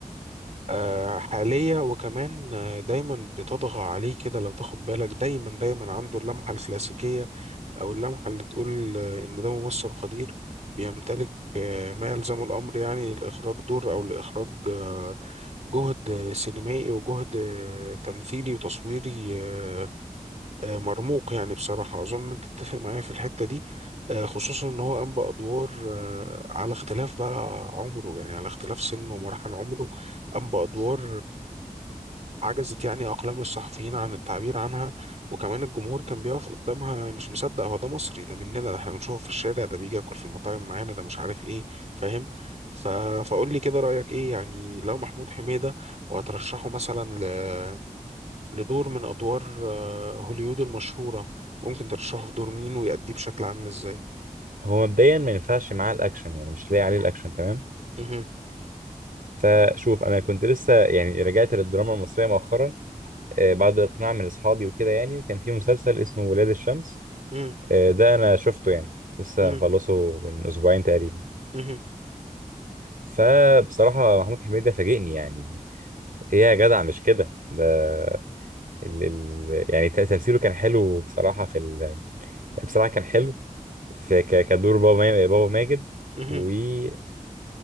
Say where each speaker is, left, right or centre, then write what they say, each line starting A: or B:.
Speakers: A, on the right; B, on the right.
A: آه، حاليه وكمان آه، دايما بتطغى عليه كده لو تاخد بالك دايما دايما عنده اللمحه الكلاسيكيه أو اللمحة اللي تقول آه، إن ده ممثل قدير بيمتلك آه، ما يلزم الأمر يعني لإخراج دور أو لإخراج آه، جهد سينمائي وجهد آه، تمثيلي وتصويري آه، آه، مرموق يعني بصراحة أظن أنت تتفق معايا في الحتة دي آه، خصوصا إن هو قام بأدوار آه، على اختلاف بقى عمره يعني على اختلاف سنه ومراحل عمره قام بأدوار عجزت يعني أقلام الصحفيين عن التعبير عنها وكمان الجمهور كان بيقف قدامها مش مصدق هو ده مصري ده مننا ده احنا بنشوفه في الشارع ده بيجي ياكل في المطاعم معانا ده مش عارف ايه فاهم ف... فقول لي كده رأيك ايه يعني لو محمود حميدة وهترشحه مثلا ل... لدور من أدوار آه، هوليوود المشهورة ممكن ترشحه في دور مين ويأديه بشكل عامل ازاي؟
B: هو مبدئيا ما ينفعش معاه الاكشن يعني مش لاقي عليه الاكشن تمام
A: مهم.
B: فشوف انا كنت لسه يعني رجعت للدراما المصرية مؤخرا آه، بعد اقناع من اصحابي وكده يعني وكان في مسلسل اسمه ولاد الشمس
A: مهم.
B: آه، ده انا شفته يعني لسه
A: مهم.
B: مخلصه من اسبوعين تقريبا
A: مهم.
B: فبصراحة محمود حميدة فاجئني يعني ايه يا جدع مش كده ده ال ال يعني ت- تمثيله كان حلو بصراحة في ال يعني بصراحة كان حلو في ك- كدور بابا ما- بابا ماجد
A: مهم.
B: وكان